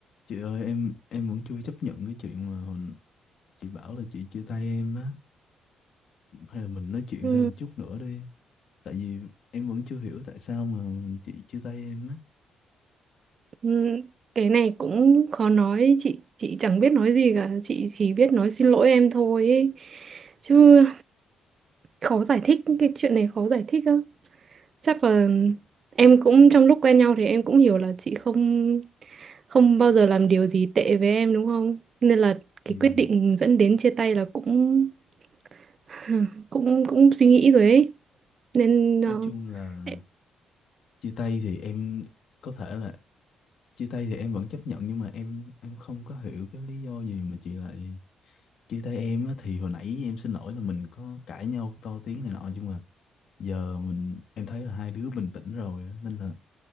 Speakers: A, on the left; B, on the right.
A: Chị ơi em em vẫn chưa chấp nhận cái chuyện mà hồi, chị bảo là chị chia tay em á hay là mình nói chuyện
B: Ừ,
A: thêm một chút nữa đi tại vì em vẫn chưa hiểu tại sao mà chị chia tay em á
B: ừ, cái này cũng khó nói chị chị chẳng biết nói gì cả chị chỉ biết nói xin lỗi em thôi ấy. chứ khó giải thích cái chuyện này khó giải thích lắm chắc là em cũng trong lúc quen nhau thì em cũng hiểu là chị không không bao giờ làm điều gì tệ với em đúng không nên là
A: thì
B: cái quyết định dẫn đến chia tay là cũng <laughs> <sighs> cũng cũng suy nghĩ rồi ấy nên ờ,
A: nói chung là
B: em-
A: chia tay thì em có thể là chia tay thì em vẫn chấp nhận nhưng mà em em không có hiểu cái lý do gì mà chị lại chia tay em á thì hồi nãy em xin lỗi là mình có cãi nhau to tiếng này nọ nhưng mà giờ mình em thấy là hai đứa bình tĩnh rồi á nên là